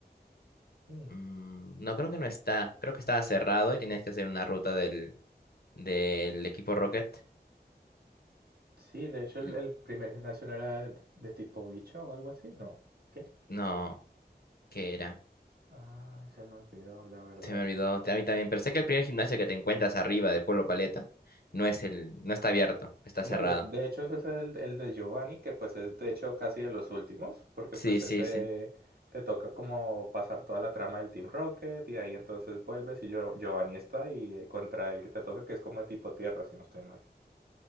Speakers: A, on the right; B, on the left.
A: Mm.
B: Mm, no creo que no está, creo que estaba cerrado y tenías que hacer una ruta del, del equipo Rocket.
A: Sí, de hecho el,
B: Y-
A: el primer gimnasio no era de, de tipo bicho o algo así, ¿no? ¿Qué?
B: No, ¿qué era?
A: Ay, se me olvidó, la verdad.
B: Se me olvidó, a mí también, pero sé que el primer gimnasio que te encuentras arriba de Pueblo Paleta no es el, no está abierto, está
A: No,
B: cerrado.
A: de, de hecho ese es el, el de Giovanni, que pues es de hecho casi de los últimos, porque
B: Sí,
A: pues
B: sí,
A: ese
B: sí.
A: te toca como pasar toda la trama del Team Rocket y ahí entonces vuelves y Gio- Giovanni está y eh, contra el que te toca que es como de tipo tierra, si no estoy mal.